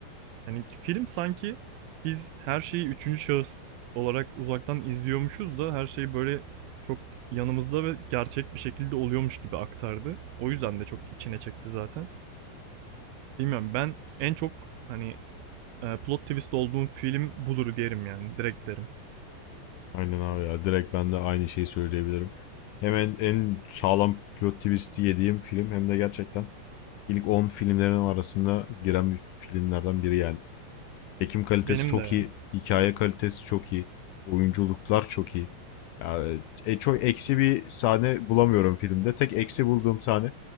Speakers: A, on the right; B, on the left.
A: yani film sanki biz her şeyi üçüncü şahıs olarak uzaktan izliyormuşuz da her şey böyle çok yanımızda ve gerçek bir şekilde oluyormuş gibi aktardı. O yüzden de çok içine çekti zaten. Bilmiyorum ben en çok hani e, plot twist olduğum film budur derim yani direkt derim.
B: Aynen abi ya direkt ben de aynı şeyi söyleyebilirim. Hem en, en sağlam plot twist'i yediğim film hem de gerçekten ilk 10 filmlerin arasında giren bir filmlerden biri yani. Çekim kalitesi
A: Benim
B: çok
A: de ya.
B: iyi. Hikaye kalitesi çok iyi. Oyunculuklar çok iyi. Yani, e, çok eksi bir sahne bulamıyorum filmde. Tek eksi bulduğum sahne